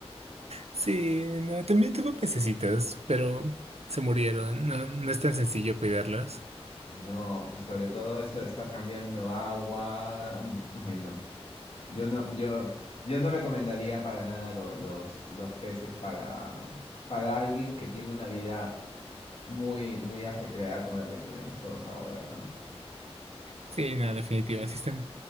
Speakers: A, on the right; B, on the left.
A: Sí, no, también tuvo pececitos, pero se murieron. No, no es tan sencillo cuidarlos.
B: No, y sobre todo eso de estar cambiando agua. Ay no. Yo no, yo, yo no recomendaría para nada lo- los, los peces para, para alguien que tiene una vida muy, muy ajetreada como la que tenemos todos ahora, ¿no?
A: Sí, no, definitivo. Sí, está